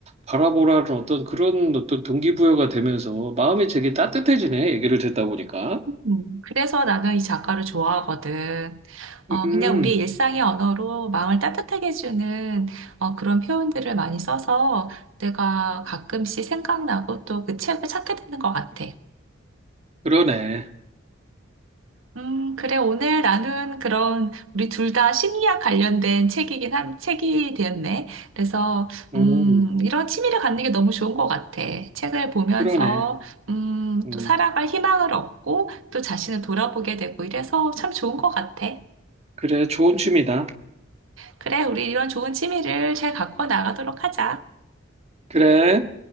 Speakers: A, on the right; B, on the right.
A: 바라보라는 어떤 그런 어떤 동기부여가 되면서 마음이 되게 따뜻해지네. 얘기를 듣다 보니까.
B: 음, 그래서 나는 이 작가를 좋아하거든. 어,
A: 음,
B: 그냥 우리 일상의 언어로 마음을 따뜻하게 해주는 어, 그런 표현들을 많이 써서 내가 가끔씩 생각나고 또 그 책을 찾게 되는 것 같아.
A: 그러네.
B: 음, 그래. 오늘 나눈 그런 우리 둘 다 심리학 관련된 책이긴 한 책이 되었네. 그래서
A: 음,
B: 음, 이런 취미를 갖는 게 너무 좋은 것 같아. 책을 보면서
A: 그러네.
B: 음,
A: 음,
B: 또 살아갈 희망을 얻고 또 자신을 돌아보게 되고 이래서 참 좋은 것 같아.
A: 그래, 좋은 취미다.
B: 그래, 우리 이런 좋은 취미를 잘 갖고 나가도록 하자.
A: 그래.